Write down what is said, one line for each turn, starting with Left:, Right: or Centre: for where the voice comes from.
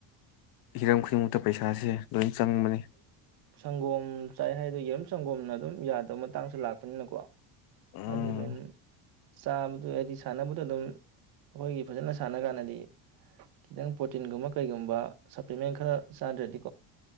Left: ꯍꯤꯔꯝ ꯈꯨꯗꯤꯪ ꯄꯩꯁꯥꯁꯦ ꯂꯣꯏꯅꯥ ꯆꯪꯕꯅꯦ
Right: ꯁꯥꯉꯣꯝ ꯆꯥꯏ ꯍꯥꯌꯅꯩ ꯌꯦꯔꯨꯝ ꯁꯟꯒꯣꯝꯅ ꯑꯗꯨꯝ ꯌꯥꯗꯕꯥ ꯃꯇꯥꯪ ꯂꯛꯄꯅꯤꯅꯥꯀꯦ
Left: ꯎꯝ
Right: ꯍꯥꯏꯗꯤ ꯑꯗꯨꯝ ꯆꯕꯗꯨ ꯍꯥꯢꯗꯤ ꯁꯅꯕꯗꯨ ꯑꯗꯨꯝ ꯑꯈꯣꯏꯒꯤ ꯐꯖꯅꯥ ꯁꯅꯒꯟꯗꯗꯤ ꯈꯤꯗꯥꯪ ꯄꯔꯣꯇꯩꯉꯨꯝꯕ ꯀꯔꯤꯒꯨꯝꯕꯥ ꯁꯥꯞꯂꯤꯀꯦꯟꯠ ꯈꯔꯥ ꯆꯗꯔꯗꯤ